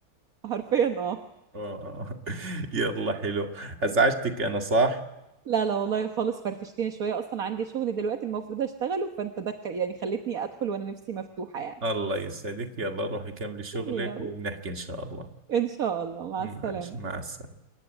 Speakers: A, on the right; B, on the right.
A: حرفيا اه
B: آه. <laughs> يلا حلو أزعجتك أنا صح؟
A: لا لا والله خالص فرفشتني شويه اصلا عندي شغل دلوقتي المفروض اشتغله فانت دخل يعني خلتني ادخل وانا نفسي مفتوحه يعني
B: الله يسعدك يلا روحي كملي شغلك
A: يلا
B: وبنحكي إن شاء الله
A: ان شاء الله مع
B: ماشي
A: السلامه
B: مع السلامة